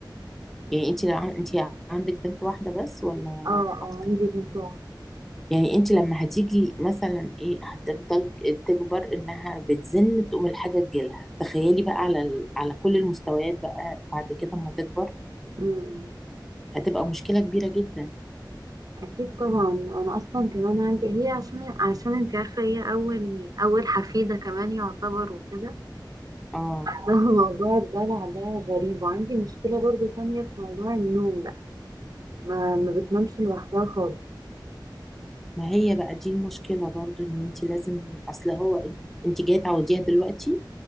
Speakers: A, in the centre; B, on the right.
A: يعني انت لو عن- انت عندك بنت واحده بس ولا
B: اه
A: اكتر
B: اه عندي بنت واحدة
A: يعني انت لما هتيجي مثلا ايه هتفضل تكبر انها بتزن تقوم الحاجه تجيلها تخيلي بقى على ال- على كل المستويات بقى بعد كده اما تكبر
B: مم. مم.
A: هتبقى مشكله كبيره جدا
B: أكيد طبعا أنا أصلا كمان عندي هي عشان عشان أنت عارفة هي أول أول حفيدة كمان يعتبر وكده
A: اه
B: فموضوع <laughs> الدلع ده غريب وعندي مشكلة برضو ثانية في موضوع النوم بقى ما, ما بتنامش لوحدها خالص
A: ما هي بقى دي المشكلة برضو ان انت لازم من اصل هو انت جاية تعوديها دلوقتي